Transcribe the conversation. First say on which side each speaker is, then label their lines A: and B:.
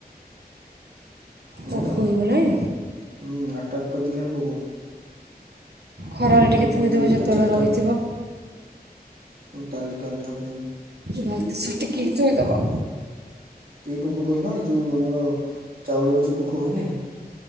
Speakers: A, on the right; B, on the right.
A: ଜାଇଁଲ,
B: ପୋକ ହେଇଗଲାଣି
A: ଉଁ ଆଟାକ୍ କରିଦେଲେଣି ପୋକ।
B: ଖରାରେ
A: ଉପରୁ
B: ଟିକେ
A: ଉପରୁ
B: ଥୋଇଦେବ
A: ତିନିଟା
B: ଯେତେବେଳେ
A: ଚାରିଟା
B: ରହିଥିବ।
A: ମୁଁ କାଲି କାଲି ରଖିଦେବି।
B: ବାଲଟି ସହ ଟେକିକି ଥୋଇଦବ।
A: କି ପୋକ କହିଲ ଏ ଯୋଉ ଆମର ଚାଉଳର ଯୋଉ ପୋକ ହୁଏନି